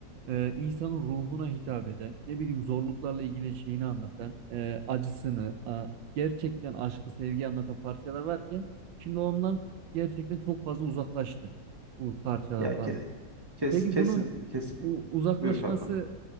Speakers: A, on the right (about 85°); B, on the right (about 25°).
A: e, insanın ruhuna hitap eden, ne bileyim zorluklarla ilgili şeyini anlatan, e, acısını, a- gerçekten aşkı, sevgi anlatan parçalar varken şimdi ondan gerçekten çok fazla uzaklaştı bu parçalar
B: Ya
A: falan.
B: ke- kes
A: Peki
B: kesin
A: bunun
B: kes
A: u- uzaklaşmasını
B: buyur kankam.